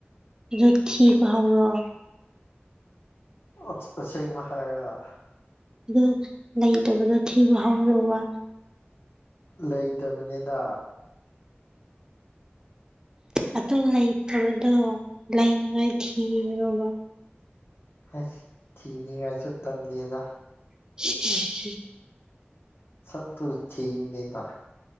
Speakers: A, on the right (about 20°); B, on the left (about 70°).
A: ꯑꯗꯨꯠ ꯊꯤ <unintelligible> ꯄꯥꯥꯎꯔꯣ
B: ꯑ <unintelligible> ꯑꯁꯦꯡꯕ ꯍꯥꯏꯔꯒ
A: ꯑꯣ ꯂꯩꯇꯕꯗ ꯊꯤꯕ ꯍꯧꯔꯣꯕ
B: ꯂꯩꯇꯕꯅꯤꯗ
A: ꯑꯗꯨ ꯂꯩꯇꯕꯗꯣ ꯂꯩꯅꯤꯡꯉꯥꯏ ꯊꯤꯌꯣꯕ
B: ꯑꯁ ꯊꯤꯅꯤꯉꯥꯏꯁꯨ ꯇꯜꯂꯦꯗ
A: <unintelligible>
B: ꯁ ꯇꯨ ꯊꯤꯕꯅꯦꯅ